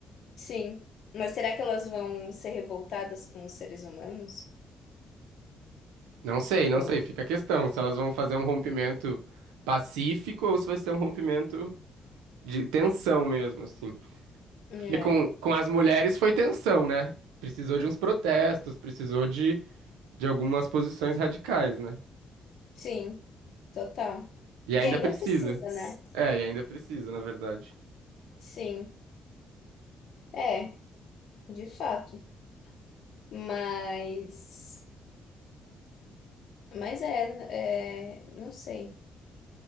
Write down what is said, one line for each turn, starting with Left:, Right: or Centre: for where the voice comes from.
Left: sim. Mas será que elas vão ser revoltadas com os seres humanos?
Right: Não sei, não
Left: Ou,
Right: sei. Fica a questão se elas vão fazer um rompimento pacífico ou se vai ser um rompimento de tensão mesmo, assim.
Left: é,
Right: Porque com, com as mulheres foi tensão, né? Precisou de uns protestos, precisou de, de algumas posições radicais, né?
Left: sim, total.
Right: E
Left: E
Right: ainda
Left: ainda
Right: precisa.
Left: precisa, né?
Right: É, e ainda precisa, na verdade.
Left: Sim, é, de fato. Mas, mas é, é, não sei.